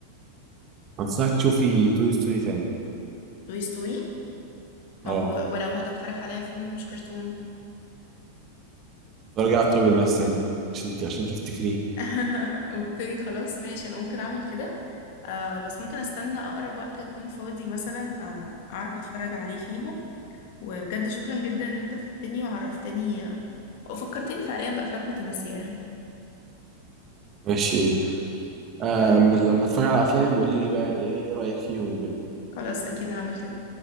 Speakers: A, on the right; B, on the left.
A: أنصحك تشوفي توي ستوري تاني
B: توي ستوري طب
A: اه
B: و... ولو هتقترح عليا فيلم مش كرتون
A: ترجع على توي الماس تاني عشان عشان تفتكريه
B: <laughs> اوكي خلاص ماشي انا ممكن اعمل كده آه بس ممكن استنى اقرب وقت اكون فاضي مثلا آه اعرف اتفرج عليه فيهم وبجد شكرا جدا ان انت في التاني وعرفتني فكرتني فعليا بأفلام كنت ناسياها
A: ماشي آه لما اتفرج على أفلامي بقولي لي بقى إيه رأيك فيهم وكده
B: خلاص أكيد هعمل كده